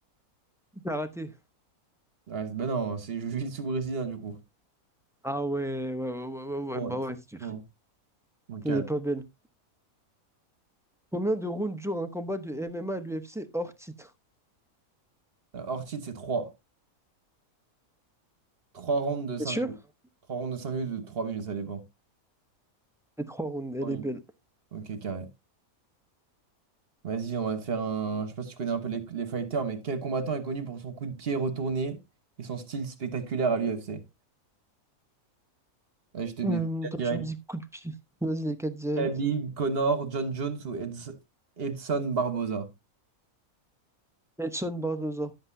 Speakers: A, in the centre; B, on the right.
A: Karaté.
B: Ouais, ben non, c'est jiu-jitsu brésilien du coup.
A: Ah ouais, ouais, ouais, ouais, ouais, ouais,
B: Ouais.
A: ouais, bah ouais, c'est sûr.
B: Bon, bon, calme.
A: Elle est pas belle. Combien de rounds dure un combat de MMA à l'UFC hors titre?
B: Euh, hors titre, c'est trois trois rounds de 5
A: C'est sûr?
B: minutes. trois rounds de 5 minutes ou de trois minutes, ça dépend.
A: Les trois rounds, elle
B: 3
A: est
B: minutes.
A: belle.
B: Ok, carré. Vas-y, on va faire un. Je sais pas si tu connais un peu les, les fighters, mais quel combattant est connu pour son coup de pied retourné et son style spectaculaire à l'UFC? Allez, je te mets
A: Hum, quand
B: direct.
A: tu me dis coup de pied, vas-y, les 4 directs.
B: Khabib, Connor, John Jones ou Eds- Edson Barboza.
A: Edson Barboza.